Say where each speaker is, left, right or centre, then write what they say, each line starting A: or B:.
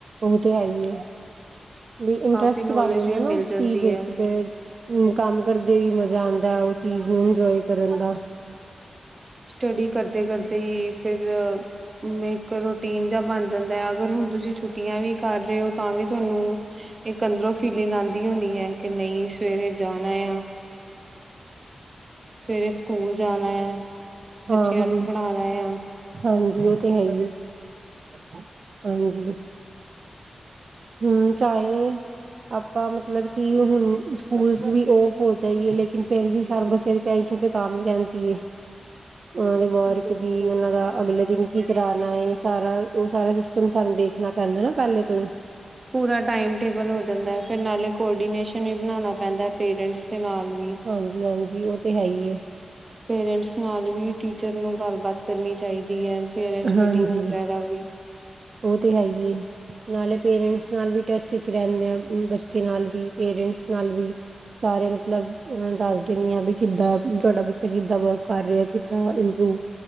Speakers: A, on the right; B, on the right.
A: ਉਹ ਤੇ ਹੈ ਹੀ ਆ ਵੀ
B: ਕਾਫ਼ੀ
A: ਇੰਟਰਸਟ
B: ਨੌਲੇਜ
A: ਬਣ ਜਾਂਦਾ
B: ਵੀ ਮਿਲ
A: ਨਾ ਉਸ
B: ਜਾਂਦੀ
A: ਚੀਜ਼ ਵਿੱਚ
B: ਹੈ
A: ਫਿਰ ਹੂੰ ਕੰਮ ਕਰਦੇ ਵੀ ਮਜ਼ਾ ਆਉਂਦਾ ਹੈ ਉਹ ਚੀਜ਼ ਨੂੰ ਇੰਜੋਏ ਕਰਨ ਦਾ
B: ਸਟੱਡੀ ਕਰਦੇ ਕਰਦੇ ਹੀ ਫਿਰ ਮੈਂ ਰੂਟੀਨ ਜਾਂ ਬਣ ਜਾਂਦਾ ਹੈ ਅਗਰ ਹੁਣ ਤੁਸੀਂ ਛੁੱਟੀਆਂ ਵੀ ਕਰ ਰਹੇ ਹੋ ਤਾਂ ਵੀ ਤੁਹਾਨੂੰ ਇੱਕ ਅੰਦਰੋਂ ਫੀਲਿੰਗ ਆਉਂਦੀ ਹੋਣੀ ਹੈ ਕਿ ਨਹੀਂ ਸਵੇਰੇ ਜਾਣਾ ਆ ਸਵੇਰੇ ਸਕੂਲ ਜਾਣਾ ਆ ਬੱਚਿਆਂ
A: ਹਾਂ-ਹਾਂ
B: ਨੂੰ ਪੜ੍ਹਾਉਣਾ ਆ
A: ਹਾਂਜੀ ਉਹ ਤੇ ਹੈ ਹੀ ਆ ਹਾਂਜੀ ਹੂੰ ਚਾਹੇ ਆਪਾਂ ਮਤਲਬ ਕਿ ਹੁਣ ਸਕੂਲ ਵੀ ਓਫ ਹੋ ਜਾਈਏ ਲੇਕਿਨ ਫਿਰ ਵੀ ਸਾਨੂੰ ਬੱਚਿਆਂ ਦੀ ਟੈਂਸ਼ਨ ਤੇ ਤਾਂ ਵੀ ਰਹਿੰਦੀ ਹੈ। ਉਨਾਂ
B: ਬਿਲਕੁਲ
A: ਦੀ <unintelligible> ਉਨਾਂ ਦਾ ਅਗਲੇ ਦਿਨ ਕੀ ਕਰਾਣਾ ਸਾਰਾ ਉਹ ਸਾਰਾ ਸਿਸਟਮ ਸਾਨੂੰ ਦੇਖਣਾ ਪੈਂਦਾ ਨਾ ਪਹਿਲੇ ਤੋਂ
B: ਪੂਰਾ ਟਾਈਮ ਟੇਬਲ ਹੋ ਜਾਂਦਾ ਹੈ ਫਿਰ ਨਾਲੇ ਕੋਰਡੀਨੇਸ਼ਨ ਵੀ ਬਣਾਉਣਾ ਪੈਂਦਾ ਪੇਰੈਂਟਸ ਦੇ ਨਾਲ ਵੀ
A: ਹਾਂਜੀ ਹਾਂਜੀ ਉਹ ਤੇ ਹੈ ਹੀ
B: ਪੇਰੈਂਟਸ ਨਾਲ ਵੀ ਟੀਚਰ ਨੂੰ ਗੱਲਬਾਤ ਕਰਨੀ ਚਾਹੀਦੀ ਹੈ। ਪੇਰੈਂਟਸ
A: ਹਾਂਜੀ
B: ਮੀਟਿੰਗ ਵਗੈਰਾ ਵੀ
A: ਉਹ ਤੇ ਹੈ ਹੀ ਨਾਲੇ ਪੇਰੈਂਟਸ ਨਾਲ ਵੀ ਟੱਚ ਚ ਰਹਿੰਦੇ ਆ ਬੱਚੇ ਨਾਲ ਵੀ ਪੇਰੈਂਟਸ ਨਾਲ ਵੀ ਸਾਰੇ ਮਤਲਬ ਦੱਸ ਦਿੰਦੀ ਹਾਂ ਵੀ ਕਿੱਦਾਂ ਤੁਹਾਡਾ ਬੱਚਾ ਕਿੱਦਾਂ ਵਰਕ ਕਰ ਰਿਹਾ ਆ ਕਿ ਤਾਂ ਇੰਪਰੂਵ